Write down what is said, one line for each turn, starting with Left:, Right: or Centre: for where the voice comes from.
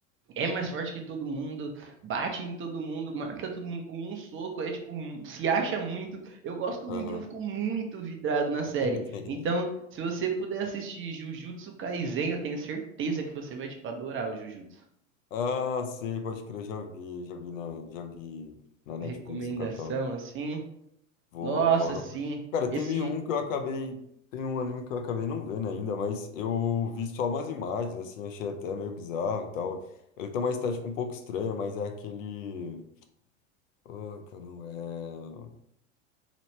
Right: é mais forte que todo mundo, bate em todo mundo, mata todo mundo com um soco, aí, tipo, mu- se acha muito, eu gosto muito,
Left: aham,
Right: e eu fico muito vidrado na série.
Left: <laughs> entendi.
Right: Então, se você puder assistir Jujutsu Kaisen, eu tenho certeza que você vai, tipo, adorar o Jujutsu.
Left: Ah, sei, pode crer, já vi, já vi na, já vi na Netflix
Right: Recomendação,
Left: no catálogo.
Right: assim.
Left: Vou,
Right: Nossa,
Left: vou anotar.
Right: sim.
Left: Cara,
Right: Esse.
Left: teve um que eu acabei. Tem um anime que eu acabei não vendo ainda, mas eu vi só umas imagens, assim, achei até meio bizarro e tal. Ele tem uma estética um pouco estranha, mas é aquele. Ai, caramba, é.